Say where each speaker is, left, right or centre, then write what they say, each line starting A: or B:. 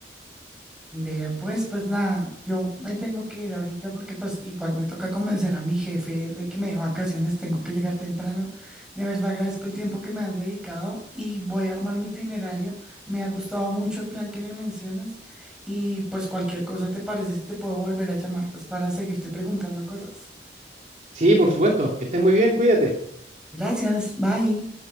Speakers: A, in the centre; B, on the right.
A: Vea, pues, pues nada, yo me tengo que ir ahorita porque pues igual me toca convencer a mi jefe de que me dé vacaciones, tengo que llegar temprano. De verdad agradezco el tiempo que me has dedicado y voy a armar mi itinerario. Me ha gustado mucho el plan que me mencionas y pues cualquier cosa te parece, si te puedo volver a llamar pues para seguirte preguntando cosas.
B: Sí, por supuesto, que estés muy bien, cuídate.
A: Gracias, bye.